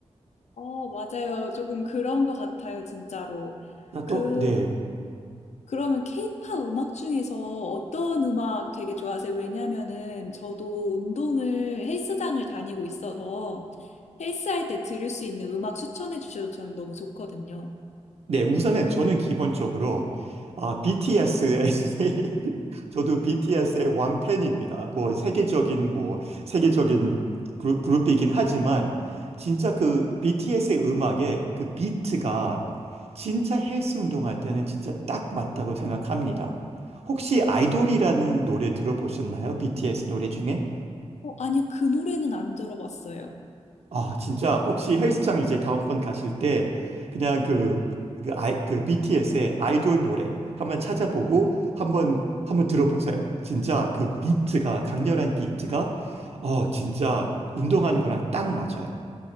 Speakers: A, on the left; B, on the right.
A: 어, 맞아요. 조금 그런 것 같아요, 진짜로.
B: 나
A: 그,
B: 또, 네.
A: 그러면 케이팝 음악 중에서 어떤 음악 되게 좋아하세요? 왜냐면은 저도 운동을 헬스장을 다니고 있어서 헬스할 때 들을 수 있는 음악 추천해 주셔도 저는 너무 좋거든요.
B: 네, 우선은 저는 기본적으로 아, BTS의 <laughs> 저도 BTS의 왕팬입니다. 뭐 세계적인 뭐 세계적인 그룹, 그룹이긴 하지만 진짜 그 BTS의 음악에 그 비트가 진짜 헬스 운동할 때는 진짜 딱 맞다고 생각합니다. 혹시 아이돌이라는 노래 들어보셨나요? BTS 노래 중에?
A: 어, 아니요, 그 노래는 안 들어봤어요.
B: 아, 진짜 혹시 헬스장 이제 다음번 가실 때 그냥 그, 그, 아이, 그 BTS의 아이돌 노래 한번 찾아보고 한번 한번 들어보세요. 진짜 그 비트가 강렬한 비트가 어, 진짜 운동하는 거랑 딱 맞아요.